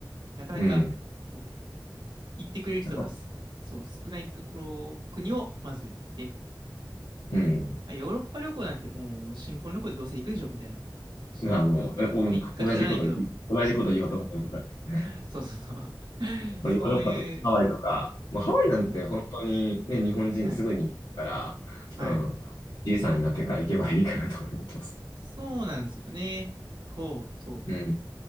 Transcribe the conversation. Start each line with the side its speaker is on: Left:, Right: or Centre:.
Right: なかなか、
Left: うん。
Right: そう、行ってくれる人がす、
Left: なんか、
Right: そう、少ないところ、国をまず行って、
Left: うん。
Right: まあ、ヨーロッパ旅行なんてもう、新婚旅行でどうせ行くでしょ、みたいな。し
Left: まあ、もう、えお同じこと言う、
Right: 行くか知らないけど、
Left: 同じこと言おうと思いました。
Right: そうそうそう。<laughs>
Left: まあヨーロッパとかハワイとか、
Right: そういう、
Left: まあ、ハワイなんて本当にね、
Right: うん、
Left: 日本人すぐに行くから、
Right: はい、はい。
Left: うん。じいさんになってから行けばいいかなと思ってます。
Right: そうなんですよね。そう、そ
Left: うん